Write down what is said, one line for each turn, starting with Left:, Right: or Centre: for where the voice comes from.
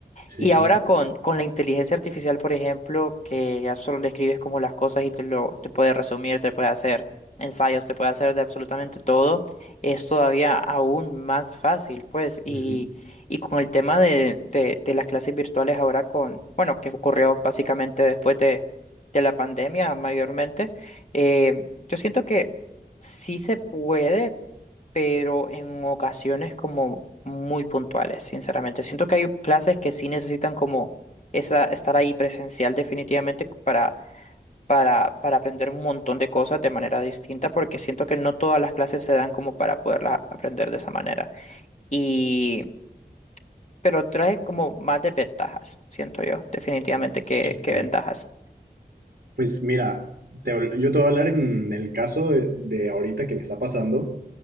Right: Sí,
Left: Y
Right: claro.
Left: ahora con, con la inteligencia artificial, por ejemplo, que ya solo le escribes como las cosas y te lo te puede resumir, te puede hacer ensayos, te puede hacer de absolutamente todo, es todavía aún más fácil, pues. Y,
Right: Ujú,
Left: y con el tema de, de, de las clases virtuales ahora con, bueno, que ocurrió básicamente después de, de la pandemia mayormente, eh, yo siento que sí se puede, pero en ocasiones como muy puntuales, sinceramente. Siento que hay clases que sí necesitan como esa, estar ahí presencial definitivamente para, para, para aprender un montón de cosas de manera distinta, porque siento que no todas las clases se dan como para poderlas ap- aprender de esa manera. Y, pero trae como más desventajas, siento yo, definitivamente que, que
Right: ok.
Left: ventajas.
Right: Pues mira, te- yo te voy a hablar en el caso de de ahorita que me está pasando.